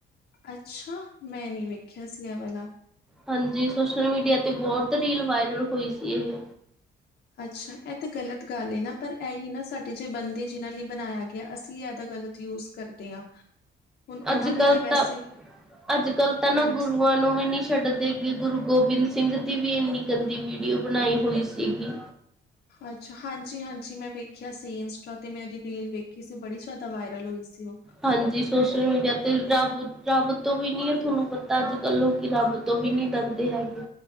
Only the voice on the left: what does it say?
ਅੱਛਾ! ਮੈਂ ਨੀ ਵੇਖਿਆ ਸੀ ਐ ਵਲਾ।
ਅੱਛਾ, ਇਹ ਤਾਂ ਗਲਤ ਗੱਲ ਏ ਨਾ! ਪਰ ਇਹੀ ਨਾ, ਸਾਡੇ ਜੇ ਬੰਦੇ ਜਿਨਾਂ ਲਈ ਬਣਾਇਆ ਗਿਆ, ਅਸੀਂ ਇਹਦਾ ਗ਼ਲਤ ਯੂਜ਼ ਕਰਦੇ ਹਾਂ। ਹੁਣ ਉਹਨਾਂ
ਨੇ ਤੇ ਵੈਸੇ
ਹਾਂਜੀ
ਅੱਛਾ, ਹਾਂਜੀ-ਹਾਂਜੀ ਮੈਂ ਵੇਖਿਆ ਸੀ, ਇੰਸਟਾ ਤੇ ਮੈਂ ਉਹਦੀ ਰੀਲ ਵੇਖੀ ਸੀ, ਬੜੀ ਜ਼ਿਆਦਾ ਵਾਇਰਲ ਹੋਈ ਸੀ ਉਹ।